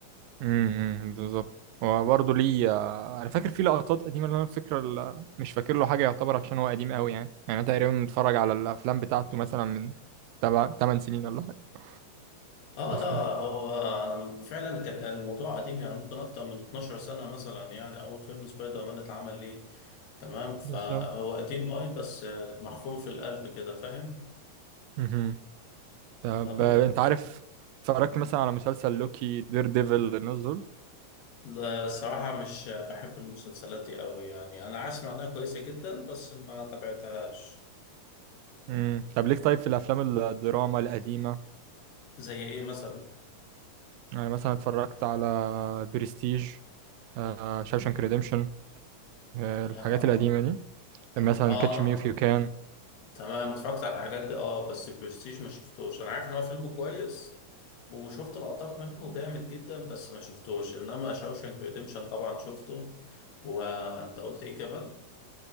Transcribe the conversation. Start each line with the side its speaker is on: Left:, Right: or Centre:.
Right: امم بالظبط هو برضه ليه آه، انا فاكر فيه لقطات قديمه اللي انا فاكر ال- مش فاكر له حاجه يعتبر عشان هو قديم قوي يعني يعني انا تقريبا متفرج على الافلام بتاعته مثلا من تبع 8 سنين ولا حاجه
Left: آه
Right: اصلا
Left: لا هو فعلا كان الموضوع قديم يعني ممكن أكتر من 12 سنة مثلا يعني أول فيلم سبايدر مان اتعمل ليه تمام فهو
Right: بالظبط
Left: قديم أي بس محفور في القلب كده فاهم؟
Right: امم طب
Left: طب
Right: آه،
Left: أنت
Right: انت عارف اتفرجت مثلا على مسلسل لوكي دير ديفل الناس دول
Left: لا الصراحة مش بحب المسلسلات دي قوي يعني أنا عارف إنها كويسة جدا بس ما تابعتهاش
Right: امم طب ليك طيب في الافلام الدراما القديمه
Left: زي إيه مثلا؟
Right: يعني مثلا اتفرجت على برستيج آه، شاوشانك ريديمشن آه، الحاجات
Left: آه
Right: القديمه دي
Left: آه،
Right: مثلا كاتش
Left: أنا
Right: مي اوف يو كان
Left: تمام اتفرجت على الحاجات دي أه بس البرستيج ما شفتوش أنا عارف إن هو فيلم كويس وشفت لقطات منه جامد جدا بس ما شفتوش إنما شاوشانك ريديمشن طبعا شفته وأنت قلت إيه كمان؟